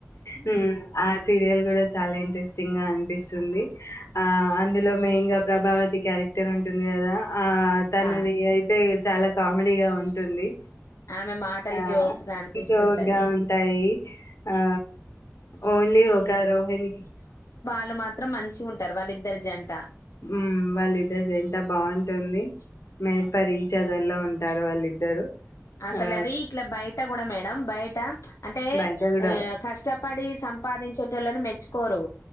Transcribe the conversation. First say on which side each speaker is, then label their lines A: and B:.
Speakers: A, on the left; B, on the left.
A: హ్మ్ ఆ సీరియల్ కూడా చాలా ఇంట్రెస్టింగ్ గా అనిపిస్తుంది ఆ అందులో మెయిన్ గా ప్రభావతి క్యారెక్టర్ ఉంటుంది కదా ఆ తనది
B: ఆ
A: అయితే చాలా కామెడీగా ఉంటుంది
B: ఆమె మాటలు
A: ఆ
B: జోకుగ అనిపిస్తుంటది
A: జోక్గా ఉంటాయి ఆ ఓన్లీ ఒక రోహిని
B: వాళ్ళు మాత్రం మంచిగా ఉంటరు వాళ్ళిద్దరి జంట
A: మ్మ్ వాళ్ళిద్దరు జంట బావుంటుంది మేడ్ ఫర్ ఇచ్ అదర్ ల ఉంటారు వాళ్ళిద్దరు
B: అసలు
A: ఆ
B: అది ఇట్ల బయట కూడ మేడం బయట అంటే
A: బయట కూడా
B: కష్టపడి సంపాదించ టోళ్ళనీ మెచ్చుకోరు